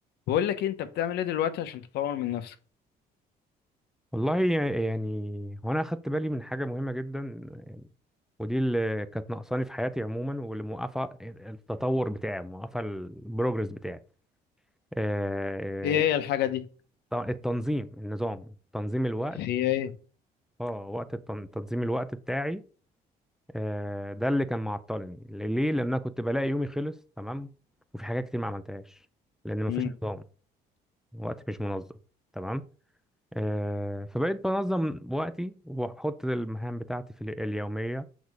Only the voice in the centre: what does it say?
والله يعني هو انا اخدت بالي من حاجه مهمه جدا ودي اللي كانت ناقصاني في حياتي عموما واللي موقفه التطور بتاعي موقفه البروجرس بتاعي آه،
آه، التنظيم النظام تنظيم الوقت
اه وقت التن- تنظيم الوقت بتاعي آه، ده اللي كان معطلني ليه لان انا كنت بلاقي يومي خلص تمام وفي حاجات كتير ما عملتهاش لان مفيش
نظام وقت مش منظم تمام آه، فبقيت بنظم وقتي واحط المهام بتاعتي في ال- اليوميه